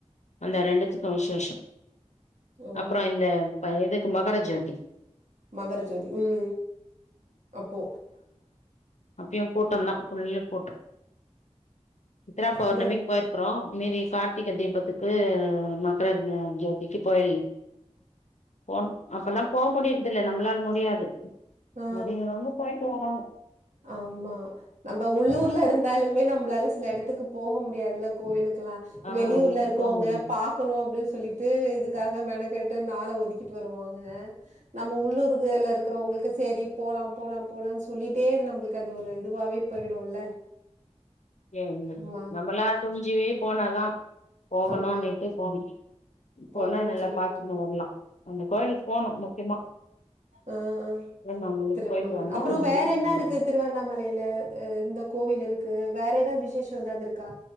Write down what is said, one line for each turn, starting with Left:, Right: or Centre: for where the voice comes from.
Left: அந்த ரெண்டுத்துக்கும் விசேஷம்
Right: ஓ!
Left: அப்புறம் இந்த வந்து மகாராஜாக்கே
Right: மகரஜோதி உம அப்போ
Left: இங்கேயும் கூட்டம் தான் புள்ளு கூட்டம் சித்ரா பெளர்ணமி
Right: இந்த
Left: போய்யிருகாங் ஆஹ் இனி கார்த்திகை தீபத்துக்கு மகரஜோதிக்கு போய் போன் அப் போக முடியுறது இல்ல நம்மளால முடியாது
Right: ஆ
Left: முடியுறவங்க போயிட்டு வராங்க
Right: ஆமா நம்ம உள்ளூர்ல இருந்தாலுமே நம்மலால சில இடத்துக்கு போக முடியா முடியாதுல கோவிலுக் பாக்கலாம்
Left: ஆ
Right: வெளியூர்ல இருக்குரவங்க
Left: போ முடியுது
Right: பாக்கணும் அப்படின்னு சொ சொல்லிட்டு இதுக்காக மெனக்கெட்டு நாளை ஒதுக்கிட்டு வருவாங்க நம்ம உள்ளூர்குள்ள இருக்கிறவங்களுக்கு செரி போலாம்ல போலான்னு சொல்லிட்டே அது நம்மளுக்கு அது ஒரு இதுவாவே போயிடும்ல
Left: ஏ
Right: ஆமா,
Left: நம்மளா துணுஞ்சிவே போனா லா போகலாங்கிட்டு
Right: ஆமா.
Left: போனே அப்பனா
Right: போகணும்னு
Left: நல்லா
Right: சொல்லி
Left: பாத்துன்னு வரலாம் அந்த கோயிலுக்கு போனும் முக்கியமா
Right: ஆஹ் ஆஹ்
Left: திருவண்ணாமலைக்கு
Right: திருவண்ணாமலை
Left: போயிட்டு வந்தா
Right: ஹ அப்புறம்
Left: நல்லா
Right: வேற
Left: இருக்கும்.
Right: என்ன இருக்கு திருவண்ணாமலையில இந்த கோவில் இருக்கு வேற ஏதாவது விஷேசம் ஏதாவது இருக்கா